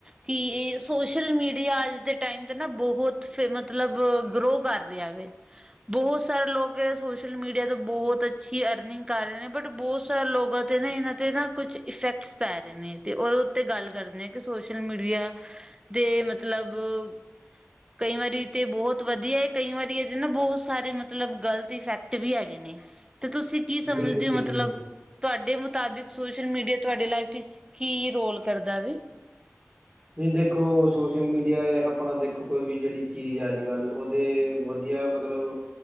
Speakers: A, on the right; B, on the right.
A: ਕਿ ਸੋਸ਼ਲ ਮੀਡੀਆ ਅੱਜ ਦੇ ਟਾਈਮ ਤੇ ਨਾ ਬਹੁਤ ਫ ਮਤਲਬ ਗਰੋ ਕਰ ਰਿਹਾ ਵੈ ਬਹੁਤ ਸਾਰੇ ਲੋਕ ਸੋਸ਼ਲ ਮੀਡੀਆ ਤੋਂ ਬਹੁਤ ਅੱਛੀ ਅਰਨਿੰਗ ਕਰ ਰਹੇ ਨੇ, ਬਟ ਬਹੁਤ ਸਾਰੇ ਲੋਕਾਂ ਤੇ ਨਾ ਇਹਨਾਂ ਤੇ ਨਾ ਕੁਛ ਇਫੈਕਟ ਪੈ ਰਹੇ ਨੇ ਅਤੇ ਓਦੇ ਉੱਤੇ ਗੱਲ ਕਰਦੇ ਨੇ ਕਿ ਸੋਸ਼ਲ ਮੀਡੀਆ ਦੇ ਮਤਲਬ ਅ ਕਈ ਵਾਰੀ ਤੇ ਬਹੁਤ ਵਧੀਆ ਐ ਕਈ ਵਾਰੀ ਇਹਦੇ ਨਾ ਬਹੁਤ ਸਾਰੇ ਮਤਲਬ ਗ਼ਲਤ ਇਫੈਕਟ ਵੀ ਹੈਗੇ ਨੇ ਤੇ ਤੁਸੀਂ ਕੀ ਸਮਝਦੇ
B: ਬਿਲਕੁਲ ਜੀ
A: ਓ ਮਤਲਬ
B: ਬਿਲਕੁਲ
A: ਤੁਹਾਡੇ ਮੁਤਾਬਿਕ ਸੋਸ਼ਲ ਮੀਡੀਆ ਤੁਹਾਡੀ ਲਾਈਫ ਵਿੱਚ ਕੀ ਰੋਲ ਕਰਦਾ ਵੇ?
B: ਵੀ ਦੇਖੋ ਸੋਸ਼ਲ ਮੀਡੀਆ ਆਪਣਾ ਦੇਖੋ ਕੋਈ ਵੀ ਜਿਹੜੀ ਚੀਜ਼ ਅੱਜ-ਕੱਲ੍ਹ ਉਹਦੇ ਵਧੀਆ ਮਤ ਮਤਲਬ